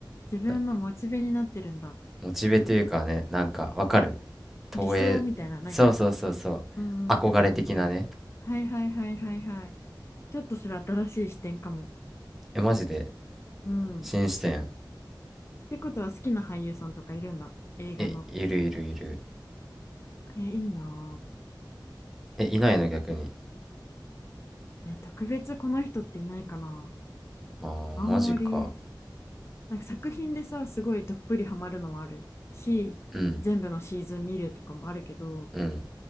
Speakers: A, on the left (about 35°); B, in the centre.
A: 自分のモチベになってるんだ。
B: なモチベというかね、なんかわかる投影、
A: 理想みたいな、なんか。
B: そうそうそうそう。
A: うんうんうんうんうん。
B: 憧れ的なね。
A: はいはいはいはいはい。ちょっとそれ新しい視点かも。
B: え、マジで。
A: うん。
B: 新視点。
A: ってことは好きな俳優さんとかいるんだ。映画の。
B: え、いるいるいる。
A: え、いいな
B: え、いないの逆に。
A: ぁ。え、特別この人っていないかな。
B: ああ、
A: あんまり、
B: マジか。
A: なんか作品でさ、すごいどっぷりハマるのはあるし、
B: うん、
A: 全部のシーズン見るとかもあるけど、
B: うん。